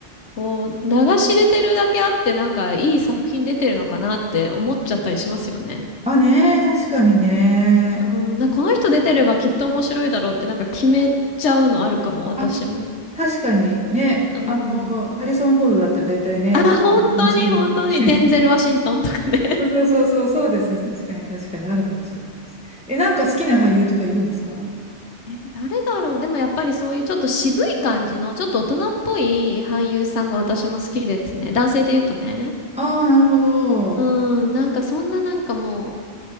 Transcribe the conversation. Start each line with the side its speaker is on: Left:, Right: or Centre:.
Left: こう、流し入れてるだけあって、なんかいい作品出てるのかなって思っちゃったりしますよね。
Centre: あ、ねえ、確かにね。
Left: うん、なんかこの人出てればきっと面白いだろうってなんか決めちゃうのあるかも、私も。
Centre: あ、確かにね。
Left: うん。
Centre: あの、ハリソン・フォードだったら大体ね、
Left: あ、
Centre: あ、
Left: 本当に本当に。
Centre: 話だよね。<laughs>
Left: デンゼル・ワシントンとかね。
Centre: そうそうそう、そうですね。確かに確かにあるかもしれないです。え、なんか好きな俳優とかいるんですか
Left: <laughs> え、誰だろう。でもやっぱりそういうちょっと渋い感じの、ちょっと大人っぽい俳優さんが私も好きですね。男性で言うとね。
Centre: ああー、なるほど。
Left: うん、なんかそんななんかもう、